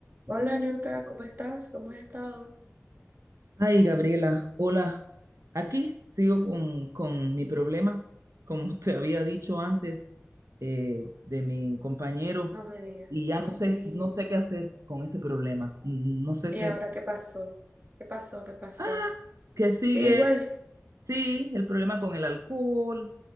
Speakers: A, on the right (about 40°); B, on the right (about 80°).
A: Hola, Niurka, ¿cómo estás? ¿Cómo has estado?
B: Ay, Gabriela, hola. Aquí sigo con, con mi problema, como te había dicho antes, eh, de mi compañero,
A: No me digas.
B: y ya no
A: Sí.
B: sé, no sé qué hacer con ese problema. No sé
A: ¿Y
B: qué.
A: ahora qué pasó? ¿Qué pasó? ¿Qué pasó?
B: Ah, que sigue,
A: Sí, igual.
B: sí, el problema con el alcohol.